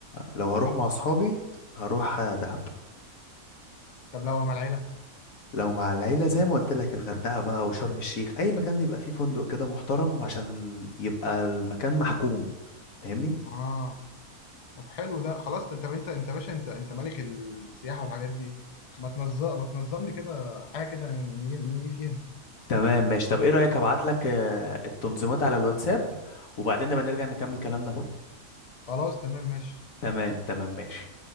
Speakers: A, on the left; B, on the left.
A: لو هروح مع اصحابي هروح آه، دهب
B: طب لو مع العيلة
A: لو مع العيلة زي ما قلت لك الغردقة بقى وشرم الشيخ اي مكان يبقى فيه فندق كده محترم عشان يبقى المكان محكوم فاهمني
B: اه طب حلو ده خلاص ده- طب انت انت يا باشا انت انت ملك السياحه والحاجات دي ما تنظم ما تنظم لي كده حاجه كده نيجي نيجي فيها
A: تمام ماشي طب ايه رأيك هبعت لك آه، التنظيمات على الواتساب وبعدين نبقى نرجع نكمل كلامنا
B: خلاص تمام ماشي
A: تمام تمام ماشي